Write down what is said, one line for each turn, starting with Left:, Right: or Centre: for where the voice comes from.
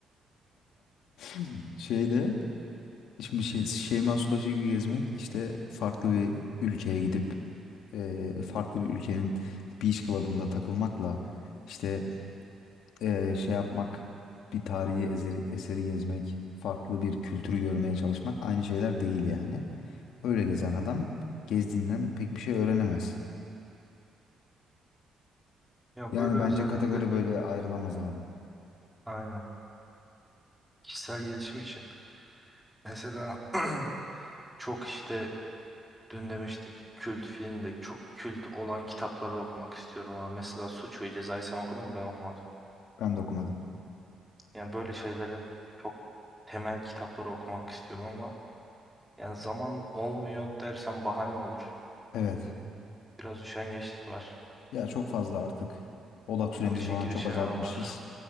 Left: <laughs> Şeyde Şimdi şey, Şeyma Subaşı gibi gezmek işte farklı bir ülkeye gidip e, farklı bir ülkenin beach club'ında takılmakla işte e, şey yapmak bir tarihi eseri, eseri gezmek farklı bir kültürü görmeye çalışmak aynı şeyler değil yani. Öyle gezen adam gezdiğinden pek bir şey öğrenemez.
Centre: Ya
Left: Yani
Centre: böyle özellikle
Left: bence kategori böyle ayrılamaz abi.
Centre: aynen kişisel gelişim için. Mesela <clears throat> çok işte dün demiştik kült filmde çok kült olan kitapları okumak istiyorum. abi. Mesela Suç ve Ceza'yı sen okudun mu? Ben okumadım.
Left: Ben de okumadım.
Centre: Yani böyle şeyleri çok temel kitapları okumak istiyorum ama Yani zaman olmuyor dersen bahane olur.
Left: Evet.
Centre: Biraz üşengeçlik var.
Left: Ya çok fazla artık odak süremizi
Centre: O işe
Left: falan
Centre: girişememe
Left: çok azaltmışız.
Centre: var.